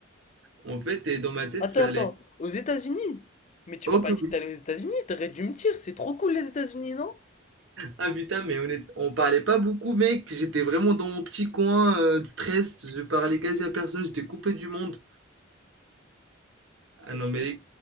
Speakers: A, on the right; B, on the left.
A: En fait, et dans ma tête,
B: Attends,
A: ça allait.
B: attends, aux États-Unis? Mais tu
A: Oh
B: m'as pas
A: que
B: dit
A: oui.
B: que t'allais aux États-Unis, t'aurais dû me dire, c'est trop cool les États-Unis, non?
A: Ah putain, mais on, est- on parlait pas beaucoup, mec. J'étais vraiment dans mon petit coin euh, de stress. Je parlais quasi à personne. J'étais coupé du monde. Ah
B: Ok.
A: non, mais,